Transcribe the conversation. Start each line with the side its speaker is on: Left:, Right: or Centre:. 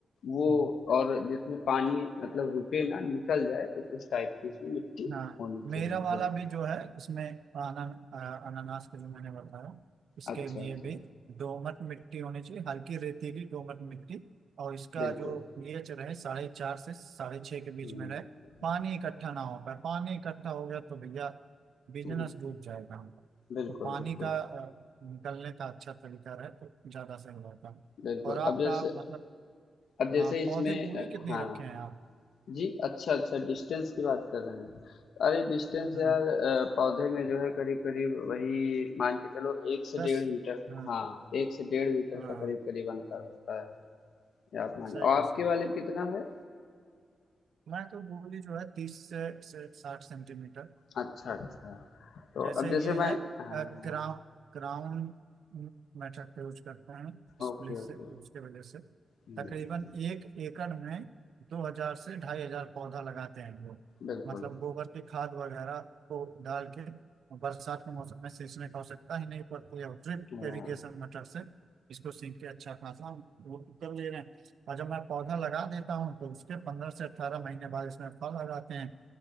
Left: वो
Right: हम्म।
Left: और जिसमें पानी मतलब रुके ना, निकल जाए, तो उस टाइप की इसमें मिट्टी
Right: हाँ
Left: होनी
Right: मेरा
Left: चाहिए,
Right: वाला
Left: बिल्कुल।
Right: भी जो है इसमें आना, अ, अनानास का जो मैंने बताया उसके
Left: अच्छा,
Right: लिए
Left: अच्छा,
Right: भी दोमट मिट्टी होनी चाहिए हल्की रेतीली दोमट मिट्टी और इसका
Left: बिल्कुल।
Right: जो पीएच रहे साढ़े चार से साढ़े छः के बीच
Left: हुँ,
Right: में रहे पानी इकट्ठा ना हो पाए पानी इकट्ठा हो गया तो भैया बिजनेस
Left: हुँ,
Right: डूब जाएगा हमारा
Left: बिल्कुल,
Right: तो पानी
Left: बिल्कुल,
Right: का अ, निकलने का अच्छा तरीका रहे तो ज़्यादा सही होगा
Left: बिल्कुल।
Right: और आपका
Left: अब जैसे
Right: मतलब
Left: अब जैसे
Right: हाँ
Left: इसमें
Right: पौधे की दूरी
Left: अ,
Right: कितनी
Left: हाँ।
Right: रखे हैं आप
Left: जी अच्छा अच्छा डिस्टेंस की बात कर रहे हैं अरे डिस्टेंस
Right: हम्म,
Left: यार अ, पौधे में जो है करीब करीब वही मान के चलो एक से
Right: दस
Left: डेढ़ मीटर
Right: हाँ
Left: हाँ एक से डेढ़ मीटर
Right: हाँ
Left: का करीब करीब अंतर होता है ये आप मान
Right: सही
Left: और
Right: है
Left: आपके
Right: सही
Left: वाले
Right: है।
Left: में कितना है
Right: मैं तो बोली जो है तीस से, से साठ सेंटीमीटर
Left: अच्छा अच्छा तो
Right: जैसे
Left: अब जैसे
Right: ये है
Left: मैं हाँ
Right: क्राउन क्राउन मेथड का यूज करते हैं स्प्लिट
Left: ओके
Right: से
Left: ओके
Right: उसके वजह से
Left: हम्म,
Right: तकरीबन एक एकड़ में दो हजार से ढाई हजार पौधा लगाते हैं लोग
Left: बिल्कुल
Right: मतलब गोबर की खाद वगैरह को डाल के बरसात के मौसम में सींचने की आवश्यकता ही नहीं पड़ती है ड्रिप
Left: हाँ
Right: इरिगेशन मेथड से इसको सींच के अच्छा खासा हम वो कर ले रहे हैं और जब मैं पौधा लगा देता हूँ तो उसके पंद्रह से अट्ठारह महीने बाद इसमें फल आ जाते हैं